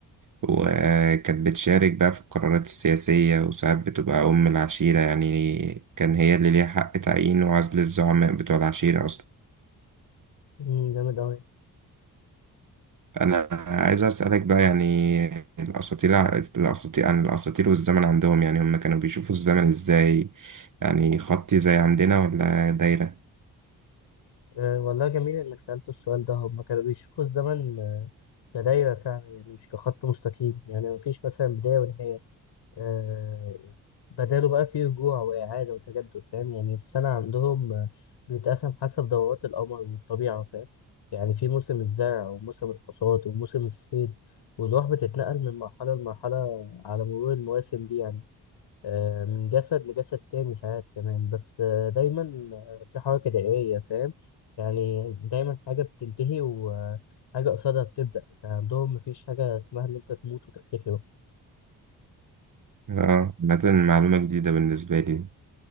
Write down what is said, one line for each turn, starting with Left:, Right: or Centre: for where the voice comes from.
Right: وكانت بتشارك بقى في القرارات السياسية وساعات بتبقى أم العشيرة يعني كان هي اللي ليها حق تعيين وعزل الزعماء بتوع العشيرة أصلا
Left: مم، جامد أوي
Right: انا عايز اسالك بقى يعني الاساطير الاساطير عن الاساطير والزمن عندهم يعني هم كانوا بيشوفوا الزمن ازاي يعني خطي زي عندنا ولا دايره
Left: أه والله جميل إنك سألت السؤال ده هما كانوا بيشوفوا الزمن آه، كدايرة فعلا يعني مش كخط مستقيم يعني مفيش مثلا بداية ونهاية آه، بداله بقى فيه رجوع وإعادة وتجدد فاهم يعني السنة عندهم آه، بتتقسم حسب دورات القمر والطبيعة فاهم يعني في موسم الزرع وموسم الحصاد وموسم الصيد والروح بتتنقل من مرحلة لمرحلة على مرور المواسم دي يعني آه، من جسد لجسد تاني ساعات كمان بس آه، دايما آه، في حركة دائرية فاهم يعني دايما حاجة بتنتهي وحاجة قصادها بتبدأ كان عندهم مفيش حاجة اسمها إن أنت تموت وتختفي
Right: اه مثلا معلومه جديده بالنسبه لي